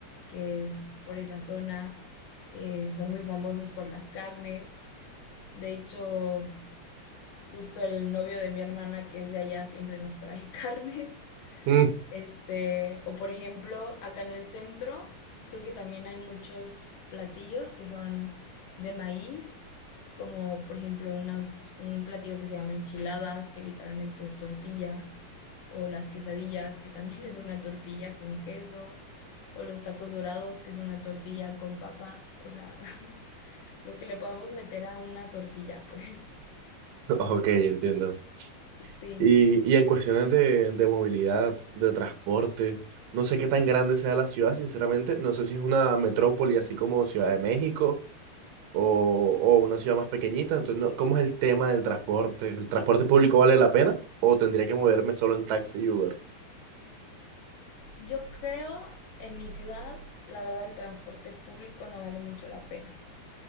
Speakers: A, on the left; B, on the right.
A: que es por esa zona eh, son muy famosos por las carnes. De hecho, justo el novio de mi hermana que es de allá siempre nos trae <laughs> carnes.
B: Mm,
A: Este, o por ejemplo, acá en el centro, creo que también hay muchos platillos que son de maíz, como por ejemplo unas, un platillo que se llama enchiladas, que literalmente es tortilla, o las quesadillas, que también <laughs> es una tortilla con queso, o los tacos dorados, que es una tortilla con papa, o sea, <laughs> lo que le podamos meter a una tortilla, <laughs> pues
B: <laughs> ok, entiendo.
A: sí.
B: Y, y en cuestiones de, de movilidad, de transporte, no sé qué tan grande sea la ciudad, sinceramente, no sé si es una metrópoli así como Ciudad de México o, o una ciudad más pequeñita, entonces, no- ¿cómo es el tema del transporte? ¿El transporte público vale la pena o tendría que moverme solo en taxi y Uber?
A: Yo creo en mi ciudad, la verdad, el transporte público no vale mucho la pena.